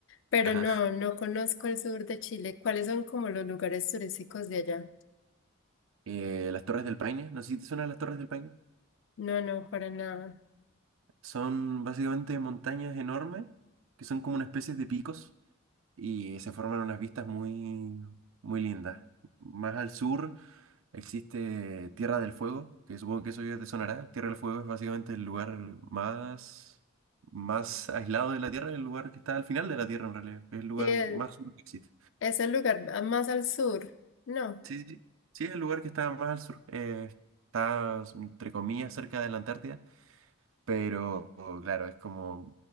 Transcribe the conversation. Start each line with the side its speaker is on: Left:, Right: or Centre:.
Left: pero
Right: Ajá.
Left: no, no conozco el sur de Chile. ¿Cuáles son como los lugares turísticos de allá?
Right: Eh, las Torres del Paine, no sé si te suenan las Torres del Paine.
Left: No, no, para nada.
Right: Son básicamente montañas enormes que son como una especie de picos y se forman unas vistas muy, muy lindas. Más al sur existe Tierra del Fuego, que supongo que eso ya te sonará. Tierra del Fuego es básicamente el lugar más, más aislado de la Tierra, el lugar que está al final de la Tierra en realidad. Es el lugar
Left: Sí, es,
Right: más sur que existe.
Left: es el lugar más al sur. No,
Right: Sí, sí, sí. Sí, es el lugar que está más al sur. Eh, está, entre comillas, cerca de la Antártida, pero claro, es como